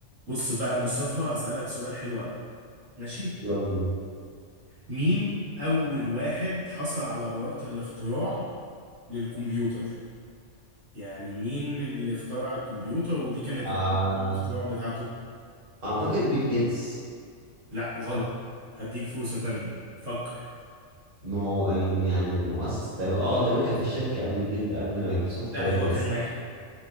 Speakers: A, on the right; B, on the right.
A: بص بقى يا مصطفى هسألك سؤال حلو قوي ماشي
B: يلا بينا
A: مين أول واحد حصل على براءة الاختراع للكمبيوتر يعني مين اللي اخترع الكمبيوتر ودي كانت
B: آه،
A: البراءة الاختراع بتاعته
B: اعتقد بيل جيتس
A: لا غلط
B: صح
A: هديك فرصة تانية فكر
B: ما هو ال- يعني مؤسس تقريبا اه تقريبا كان في شركة قبل بيل قبل مايكروسوفت
A: لا
B: هي
A: هو
B: اللي
A: كان
B: أسس-
A: واحد